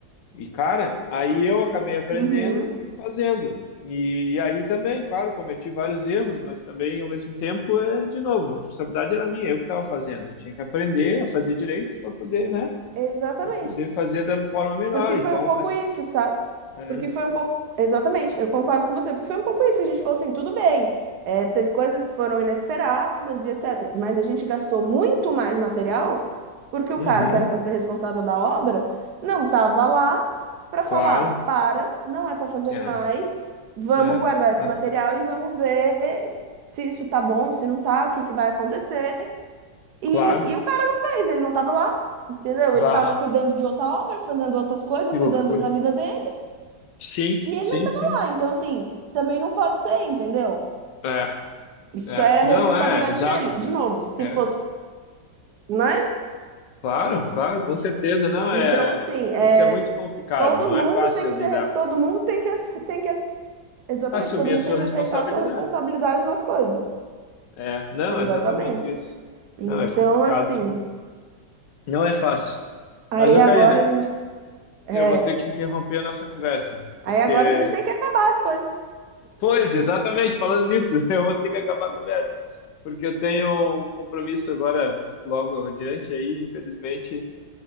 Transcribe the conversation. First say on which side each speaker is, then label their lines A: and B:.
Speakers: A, on the left (about 75°); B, on the right (about 60°).
A: E, cara, aí eu acabei aprendendo
B: Uhum,
A: e fazendo. E aí também, claro, cometi vários erros, mas também, ao mesmo tempo, é, de novo, a responsabilidade era minha, eu que estava fazendo. Eu tinha que aprender a fazer direito para poder, né?
B: exatamente.
A: Para poder fazer da forma melhor.
B: Porque foi
A: Então,
B: um pouco
A: as,
B: isso, sabe?
A: é,
B: Porque foi um pouco. Exatamente, eu concordo com você. Porque foi um pouco isso. A gente falou assim, tudo bem. é, teve coisas que foram inesperadas e etc. Mas a gente gastou muito mais material porque o
A: uhum,
B: cara que era para ser responsável da obra não estava lá para
A: claro,
B: falar: para, não é para fazer
A: é,
B: mais, vamos
A: é,
B: guardar esse
A: é,
B: material e vamos ver se isso tá bom, se não tá, o que que vai acontecer. E,
A: claro.
B: e o cara não fez, ele não tava lá, entendeu?
A: Bah,
B: Ele tava cuidando de outra obra, fazendo outras coisas,
A: que
B: cuidando
A: loucura.
B: da vida dele,
A: Sim,
B: e ele
A: sim,
B: não tava
A: sim.
B: lá. Então, assim, também não pode ser, entendeu?
A: É,
B: Isso
A: é.
B: era
A: Não,
B: a responsabilidade
A: é, exato.
B: dele. De novo, se
A: É,
B: fosse, né?
A: Claro, claro, com certeza, não é.
B: Então, assim, é,
A: Isso é muito complicado,
B: todo
A: não
B: mundo
A: é fácil
B: tem que
A: lidar.
B: ser, todo mundo tem que, ace- tem que, ace- exatamente,
A: Assumir
B: todo
A: a
B: mundo
A: sua
B: tem que
A: responsabilidade.
B: aceitar a sua responsabilidade nas coisas.
A: É, não,
B: Exatamente.
A: exatamente isso.
B: Então,
A: Não, é complicado.
B: assim,
A: Não é fácil.
B: aí
A: Mas, ô,
B: agora
A: Karina,
B: a gente, é,
A: eu vou ter que interromper a nossa conversa, porque.
B: aí agora a gente tem que acabar as coisas.
A: Pois, exatamente, falando nisso, <laughs> eu vou ter que acabar a conversa, porque eu tenho um compromisso agora, logo adiante, aí, infelizmente,